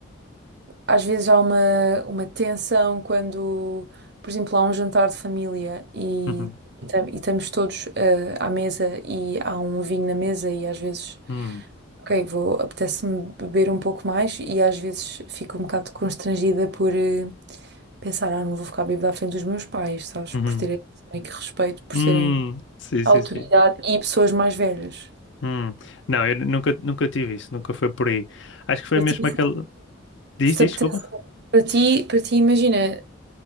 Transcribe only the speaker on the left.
Uhum,
uhum,
uhum,
hum,
sim,
sim, sim.
Hum. Não, eu nunca, nunca tive isso, nunca foi por aí. Acho que foi
mesmo
aquela. Diz,
diz, desculpa.